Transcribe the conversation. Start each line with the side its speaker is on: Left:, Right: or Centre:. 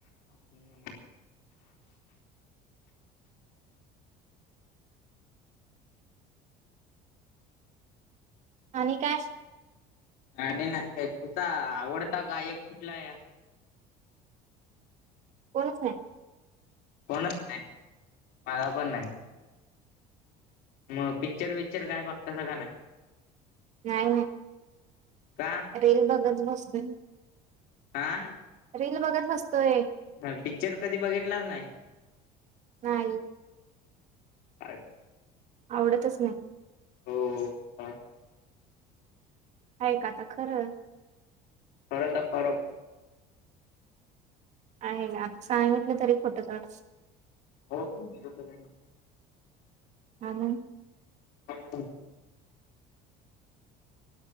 Left: हम्म.
Right: आणि काय.
Left: आणि तुचा आवडता गायक कुठला आहे.
Right: बच.
Left: कोणच नाही मला पण नाही. मग पिक्चर वि्चर काय बघतस का नाही.
Right: नाही नाही.
Left: का
Right: रेल बघत बसते.
Left: आा.
Right: रील बघत बसतोय.
Left: ह पिक्चर कधी बघितलाच नाही.
Right: नाहीय.
Left: काय.
Right: आवडतच नाही.
Left: हो ह.
Right: आहे का आता खरं.
Left: खर तर कर.
Right: आहे का आता सांगितलं तरी खोटं तड.
Left: हो म तर.
Right: ह.
Left: हो.